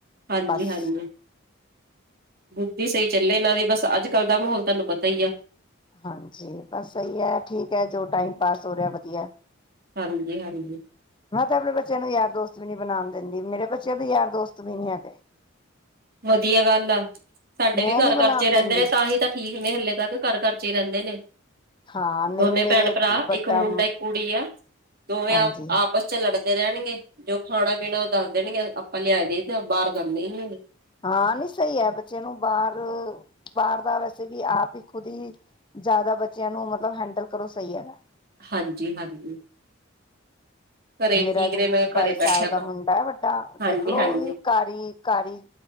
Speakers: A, on the right (about 45°); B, on the left (about 25°).
A: ਹਾਂਜੀ
B: ਬਸ
A: ਹਾਂਜੀ ਬੁੱਧੀ ਸਹੀ ਚੱਲੇ ਇਹਨਾਂ ਦੀ ਬਸ ਅੱਜ- ਕੱਲ੍ਹ ਦਾ ਮਾਹੌਲ ਤੁਹਾਨੂੰ ਪਤਾ ਹੀ ਆ।
B: ਹਾਂਜੀ ਬਸ ਸਹੀ ਹੈ ਠੀਕ ਹੈ, ਜੋ ਟਾਈਮ ਪਾਸ ਹੋ ਰਿਹਾ ਵਧੀਆ।
A: ਹਾਂਜੀ-ਹਾਂਜੀ।
B: ਮੈਂ ਤੇ ਆਪਣੇ ਬੱਚਿਆਂ ਨੂੰ ਯਾਰ ਦੋਸਤ ਵੀ ਨੀ ਬਣਾਣ ਦਿੰਦੀ ਮੇਰੇ ਬੱਚੇ ਦੇ ਯਾਰ ਦੋਸਤ ਵੀ ਨੀ ਹੈਗੇ।
A: ਵਧੀਆ ਗੱਲ ਆ ਸਾਡੇ
B: ਮੈਂ
A: ਵੀ ਘਰ
B: ਨੀ
A: ਘਰ
B: ਬਣਾਉਣ
A: ਚੇ ਰਹਿੰਦੇ
B: ਦਿੰਦੀ
A: ਨੇ ਤਾਂ ਹੀ ਤਾਂ ਠੀਕ ਨੇ ਹਲੇ ਤੱਕ ਘਰ ਘਰ ਘਰ ਚੇ ਰਹਿੰਦੇ ਨੇ।
B: ਹਾਂ ਨਹੀਂ
A: ਦੋਨੇ
B: ਮੇਰੇ
A: ਭੈਣ ਭਰਾ
B: ਵੱਡਾ
A: ਇੱਕ ਮੁੰਡਾ ਇੱਕ ਕੁੜੀ ਆ ਦੋਵੇਂ
B: ਹਾਂਜੀ
A: ਆਪਸ ਚ ਲੜ ਰਹਿਣਗੇ ਜੋ ਖਾਣਾ ਪੀਣਾ ਉਹ ਦੱਸ ਦੇਣਗੇ, ਆਪਾਂ ਲਿਆ ਦੇਈ ਦਾ ਬਾਹਰ ਜਾਂਦੇ ਹੀ ਨਹੀਂ।
B: ਹਾਂ ਨੀ ਸਹੀ ਹੈ ਬੱਚਿਆਂ ਨੂੰ ਬਾਹਰ- ਬਾਹਰ ਦਾ ਵੈਸੇ ਵੀ ਆਪ ਹੀ ਖੁਦ ਹੀ ਜ਼ਿਆਦਾ ਬੱਚਿਆਂ ਨੂੰ ਮਤਲਬ ਹੈਂਡਲ ਕਰੋ ਸਹੀ ਹੈਗਾ।
A: ਹਾਂਜੀ- ਹਾਂਜੀ। ਘਰੇ
B: ਮੇਰਾ
A: ਠੀਕ
B: ਜੀ
A: ਰਹੇ
B: ਵੀਹ
A: ਮੈਂ ਕਿਹਾ
B: ਬਾਈ
A: ਘਰੇ ਬੈਠਿਆ
B: ਸਾਲ ਦਾ
A: ਕਰੋ
B: ਮੁੰਡਾ ਹੈ ਵੱਡਾ
A: ਹਾਂਜੀ
B: ਦੇਖਲੋ
A: ਹਾਂਜੀ
B: ਵੀ ਘਰ ਈ ਘਰ ਈ